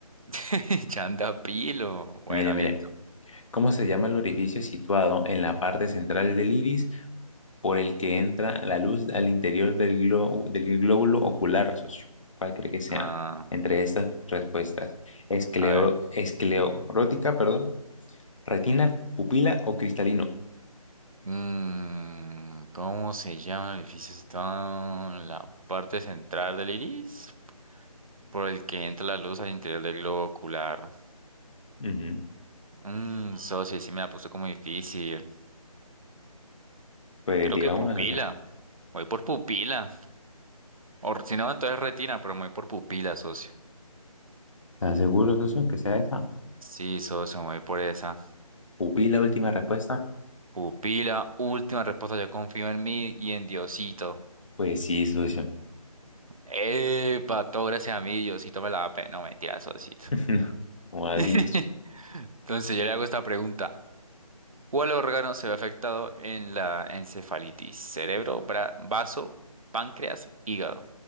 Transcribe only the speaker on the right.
<laughs> ya anda pilo. Bueno,
listo.
Ah,
a ver.
Mm, ¿cómo se llama el edificio situado en la parte central del iris? Por el que entra la luz al interior del globo ocular.
Mm, socio, ahí sí me la puso como difícil.
Creo
que pupila.
Voy por pupila. O si no, entonces retina, pero me voy por pupila, socio.
Sí, socio, me voy por esa.
Pupila, última respuesta, yo confío en mí y en Diosito.
Epa, todo gracias a mí, Diosito me la da pe- No, mentira, Diosito.
<laughs>
Entonces yo le hago esta pregunta. ¿Cuál órgano se ve afectado en la encefalitis? ¿Cerebro, bra- vaso, páncreas, hígado?